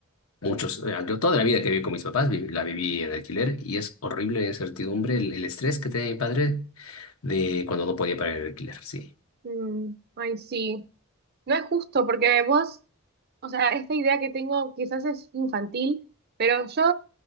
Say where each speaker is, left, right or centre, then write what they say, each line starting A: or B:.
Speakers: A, on the left (about 80°); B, on the right (about 50°).
A: muchos, eh, yo toda la vida que viví con mis papás vi- la viví en alquiler y es horrible la incertidumbre, el, el estrés que tenía mi padre de cuando no podía pagar el alquiler, sí.
B: mm, Ay, sí. No es justo, porque vos, o sea, esta idea que tengo quizás es infantil, pero yo,